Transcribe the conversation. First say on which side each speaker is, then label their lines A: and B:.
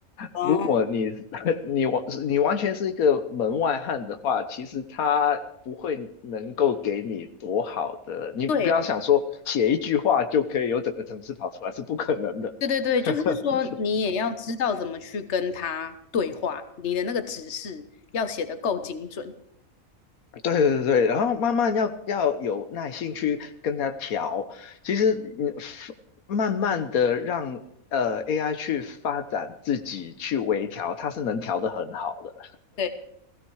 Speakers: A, on the left; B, on the left.
A: 哦。
B: 如果你 <laughs> 你完你完全是一个门外汉的话，其实他不会能够给你多好的。你不要想说写一句话就可以有整个城市跑出来，
A: 对。
B: 是不可能的。
A: 对对对，
B: <laughs>
A: 就是说你也要知道怎么去跟他对话，你的那个指示要写的够精准。
B: 对对对，然后慢慢要要有耐心去跟他调。其实你慢慢的让呃 AI 去发展自己去微调，它是能调得很好的。
A: 对，